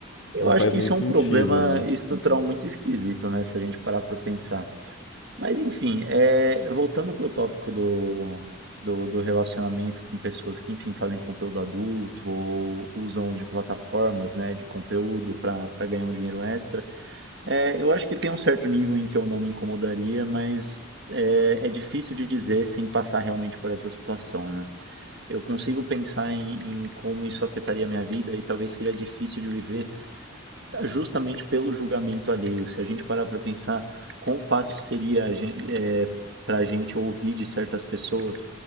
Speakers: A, on the right (about 50°); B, on the left (about 60°).
A: Eu
B: Não
A: acho
B: faz
A: que
B: nem
A: isso
B: sentido,
A: é um problema
B: né?
A: estrutural muito esquisito, né? Se a gente parar para pensar. Mas, enfim, é, voltando para o tópico do, do, do relacionamento com pessoas que, enfim, fazem conteúdo adulto ou usam de plataformas, né, de conteúdo para para ganhar um dinheiro extra, é, eu acho que tem um certo nível em que eu não me incomodaria, mas é, é difícil de dizer sem passar realmente por essa situação, né? Eu consigo pensar em, em como isso afetaria a minha vida e talvez seria difícil de viver justamente pelo julgamento alheio. Se a gente parar para pensar quão fácil seria é, para a gente ouvir de certas pessoas